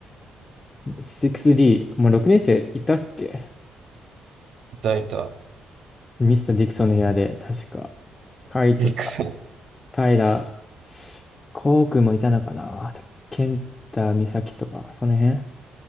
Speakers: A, on the left; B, on the right.
A: 6D、もう6年生いたっけ
B: いいた。
A: ミスター・ディクソンの部屋で、確か。カイト、
B: ディックさん。
A: タイラー、コウ君もいたのかなあと、ケンタ、ミサキとか、その辺